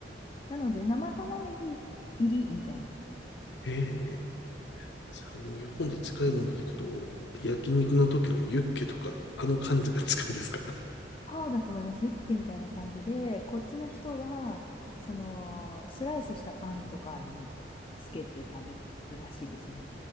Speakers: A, on the left; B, on the left.
A: なので、生玉ねぎ入りみたいな。
B: え。へえ。じゃあ、日本で近いものでいくと、焼肉の時のユッケとか、あの感じが近いですか
A: そうだと思います。ユッケみたいな感じで、こっちの人は、その、スライスしたパンとかにつけて食べるらしいですね。